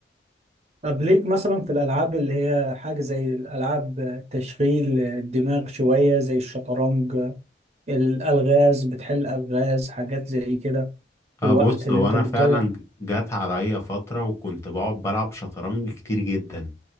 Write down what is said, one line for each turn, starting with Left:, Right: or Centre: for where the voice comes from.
Right: طب ليك مثلا في الالعاب اللي هي حاجة زي الالعاب تشغيل الدماغ شوية زي الشطرنج الالغاز بتحل الغاز حاجات زي كده في
Left: اه
Right: الوقت
Left: بص
Right: اللي
Left: هو
Right: انت
Left: انا
Right: بتضيعه
Left: فعلا جات عليا فترة وكنت بقعد بلعب شطرنج كتير جدا